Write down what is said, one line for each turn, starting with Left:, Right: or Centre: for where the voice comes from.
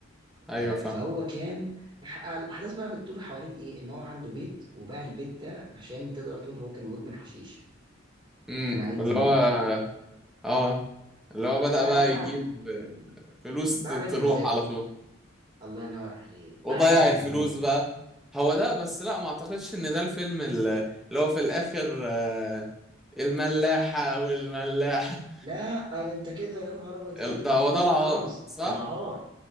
Centre: <laughs> ايوه
Right: آه،
Centre: فاهم
Right: فهو كان الح- الاحداث بقى بتدور حوالين ايه ان هو عنده بيت وباع البيت ده عشان تقدر تقول هو كان مدمن حشيش
Centre: امم
Right: كان عليه
Centre: اللي
Right: ديون
Centre: هو اه اللي هو بدأ
Right: باع
Centre: بقى
Right: باع
Centre: يجيب فلوس
Right: باع
Centre: ت- تروح
Right: لاجل مزاجه
Centre: على طول
Right: الله ينور عليه
Centre: وضيع
Right: باع لاجل
Centre: الفلوس
Right: مزاجه من
Centre: بقى
Right: الآخر.
Centre: هو ده بس لا ما اعتقدش ان ده الفيلم ال- اللي هو في الاخر آه، الملاحة والملاحة
Right: لا آه، ده انت كده يا نهار
Centre: <laughs>
Right: ابيض كده
Centre: ال- ده
Right: في
Centre: هو
Right: فيلم
Centre: ده
Right: تاني
Centre: العار
Right: خالص
Centre: صح
Right: ده العار